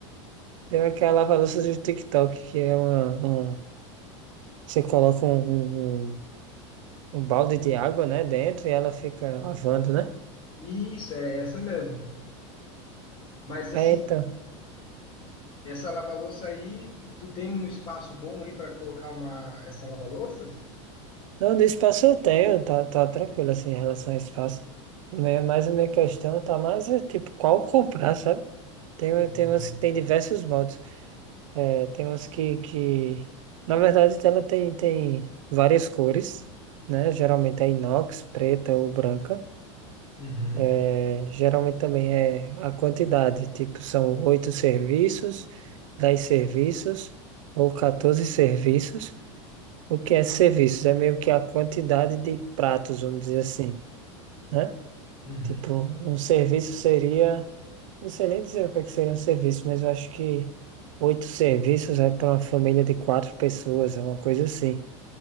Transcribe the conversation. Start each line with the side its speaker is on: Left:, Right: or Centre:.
Right: tem aquela lava-louças do TikTok, que é uma, uma- Você coloca um, um, um um balde de água, né, dentro e ela fica lavando, né?
Left: Isso, é essa mesmo. Mas assim,
Right: É, então.
Left: essa lava-louça aí, tu tem um espaço bom aí para colocar uma essa lava-louças?
Right: Não, do espaço eu tenho, tá, tá tranquilo, assim, em relação ao espaço. Minha- Mas a minha questão tá mais, é, tipo, qual comprar, sabe? Tem,
Left: Uhum.
Right: tem umas que tem diversos modos. É, tem umas que, que... Na verdade, ela tem, tem várias cores, né? Geralmente é inox, preta ou branca.
Left: Uhum.
Right: É, geralmente também é a quantidade, tipo, são oito serviços, dez serviços ou 14 serviços. O que é serviços? É meio que a quantidade de pratos, vamos dizer assim, né?
Left: Uhum.
Right: Tipo, um serviço seria. Não sei nem dizer o que é que seria um serviço, mas eu acho que oito serviços é para uma família de quatro pessoas, é uma coisa assim.